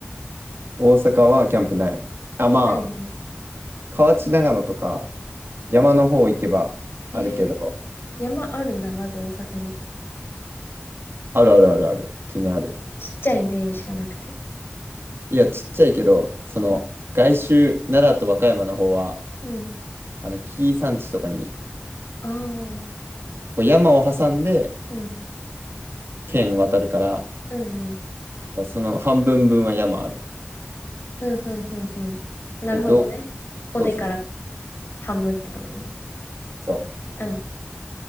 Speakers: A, on the right (about 65°); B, on the left (about 60°).
A: 大阪はキャンプない。あ、ま
B: ないよね。
A: あ、河内長野とか、山の方行けばあるけど、
B: へえ。山あるんだ、まず大阪に。
A: あるあるあるある。普通にある。
B: ちっちゃいイメージしかなくて。
A: いや、ちっちゃいけど、その、外周、奈良と和歌山の方は、
B: うん。
A: あの、紀伊山地とかに、
B: ああ。
A: こう山を挟んで、
B: うん。
A: 県渡るか
B: うんうん
A: ら、その半分分は山ある。
B: ふんふんふんふん。なるほどね。
A: えっと、
B: 尾根から
A: そうそう
B: 半分ってことね。
A: そ
B: うん。